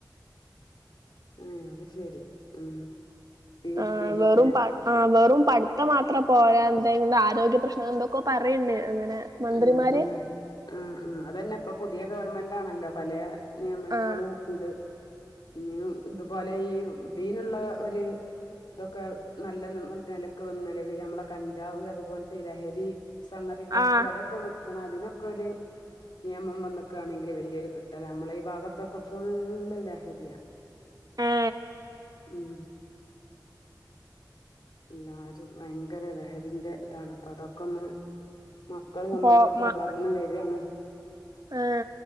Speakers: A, on the left; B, on the right.
A: ആ അത് ശരി ഉം പി
B: ആ
A: പിന്നെ
B: വെറും പ ആ വെറും പഠിത്തം മാത്രം പോരാന്നെ എന്ത ആരോഗ്യ പ്രശ്നം എന്തൊക്കോ പറയുണ്ട് അങ്ങനെ മന്ത്രിമാര്
A: ആ ആ ആ ആ അതന്നെ ഇപ്പൊ പുത് പുതിയ ഗവൺമെന്റാണല്ലോ പലേ നിയമനങ്ങളും
B: ആ
A: ഉണ്ട് ഇനിയും ഇതുപോലെ ഈ ഇതിനുള്ള ഒരു ഇതൊക്കെ നല്ല നിലയ്ക്ക് വന്ന നിലിവിൽ നമ്മളെ കഞ്ചാവ് അതുപോലത്തെ ലഹരി സ ക്ക്
B: ആ
A: അതൊക്കെ ക്കണം അതിനൊക്കെ ഒരു നിയമം വന്നേക്കായാണെങ്കിൽ വലിയയൊരു കിട്ടൽ നമ്മളെ ഈ ഭാഗത്തൊക്കെ ഫുള്ള് ലഹരിയാ
B: ഏ
A: ഉം എല്ലാരും ഭയങ്കര ലഹരിന്റെ ഇതാണ് അപ്പൊ അതൊക്കെ ഒന്ന് മക്കൾ നമ്മൾതൊക്കെ
B: പോ മ
A: വളർന്ന് വരണ്
B: ആ